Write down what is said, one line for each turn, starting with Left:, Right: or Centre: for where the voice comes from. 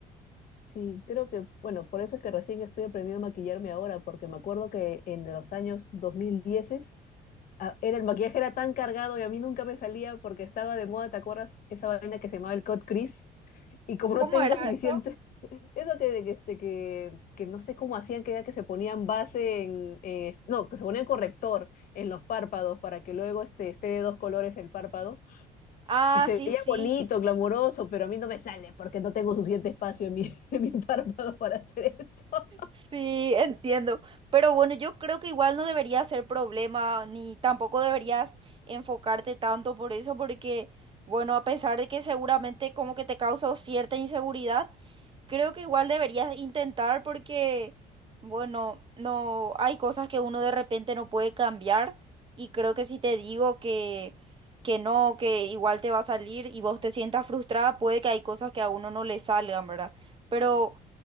Left: Sí, creo que, bueno, por eso es que recién estoy aprendiendo a maquillarme ahora, porque me acuerdo que en los años 2010 ah, era, el maquillaje era tan cargado y a mí nunca me salía porque estaba de moda, ¿te acuerdas? Esa vaina que se llamaba el cut crease y como no
Right: ¿Cómo
Left: tengo
Right: era
Left: suficiente,
Right: eso?
Left: eso que, que, este, que, que no sé cómo hacían, que era que se ponían base en, eh, no, que se ponían corrector en los párpados para que luego este, esté de dos colores el párpado,
Right: Ah,
Left: y se
Right: sí,
Left: veía
Right: sí.
Left: bonito, glamuroso, pero a mí no me sale porque no tengo suficiente espacio en mi, <laughs> en mi párpado para hacer eso.
Right: Sí, entiendo. Pero bueno, yo creo que igual no debería ser problema, ni tampoco deberías enfocarte tanto por eso, porque, bueno, a pesar de que seguramente como que te causa cierta inseguridad, creo que igual deberías intentar porque, bueno, no hay cosas que uno de repente no puede cambiar y creo que si te digo que, que no, que igual te va a salir y vos te sientas frustrada, puede que hay cosas que a uno no le salgan, ¿verdad? Pero...